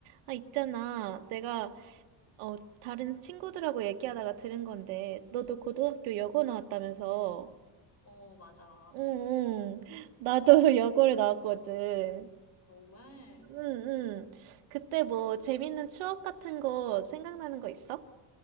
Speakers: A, on the right (about 85°); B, on the left (about 30°).
A: 아, 있잖아. 내가, 어, 다른 친구들하고 얘기하다가 들은 건데, 너도 고등학교 여고 나왔다면서.
B: 어, 맞아.
A: 응, 응. 나도 <laughs> 여고를 나왔거든.
B: 정말,
A: 응, 응. 그때 뭐, 재밌는 추억 같은 거 생각나는 거 있어?